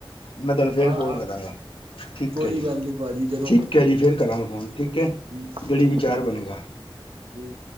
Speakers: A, on the left; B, on the right.
A: ਮੈਂ ਤੁਹਾਨੂੰ ਫੇਿਰ
B: ਹਾਂ
A: ਫੋਨ
B: ਹਾਂ
A: ਕਰਾਂਗਾ। ਠੀਕ
B: ਕੋਈ
A: ਐ ਜੀ
B: ਗੱਲ ਨੀ ਭਾਜੀ ਜਦੋਂ
A: ਠੀਕ ਐ ਜੀ ਫੇਿਰ ਕਰਾਂਗੇ ਫੋਨ ਠੀਕ ਐ।
B: ਠੀਕ
A: ਜਿਹੜੀ
B: ਠੀਕ
A: ਵਿਚਾਰ
B: ਹੈ ਜੀ,
A: ਬਣੂਗਾ।
B: ਠੀਕ।